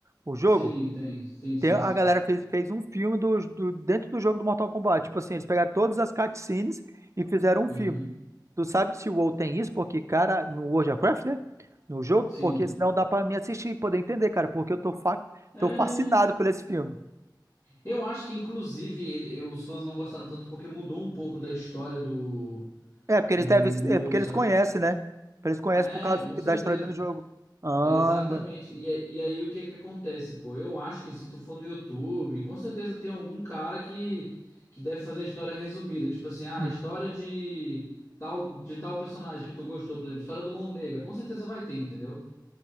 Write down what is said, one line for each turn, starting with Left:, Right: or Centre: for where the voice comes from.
Right: o jogo?
Left: Sim, tem. Sim, sim,
Right: Tem- a
Left: sim.
Right: galera fez, fez um filme do, do- dentro do jogo do Mortal Kombat. Tipo assim, eles pegaram todas as cutscenes e fizeram um
Left: Uhum.
Right: filme. Tu sabe se o WoW tem isso? Porque, cara, no World of Warcraft, né? No jogo,
Left: Sim.
Right: porque senão dá pra me assistir e poder entender, cara. Porque eu tô, fa
Left: É.
Right: tô fascinado por esse filme.
Left: Eu acho que, inclusive, ele- os fãs não gostaram tanto porque mudou um pouco da história do,
Right: É, porque
Left: do,
Right: eles devem.
Left: do
Right: É
Left: WoW,
Right: porque eles
Left: sabe?
Right: conhecem, né? Eles conhecem
Left: É,
Right: por causa
Left: com certeza.
Right: da história dentro do jogo. Ah,
Left: Exatamente.
Right: agora.
Left: E, a- e aí, o que que acontece, pô? Eu acho que se tu for no YouTube, com certeza tem algum cara que, que deve fazer a história resumida. Tipo assim, ah,
Right: Uhum.
Left: a história de tal, de tal personagem que tu gostou, por exemplo, história do Mão Negra. Com certeza vai ter, entendeu?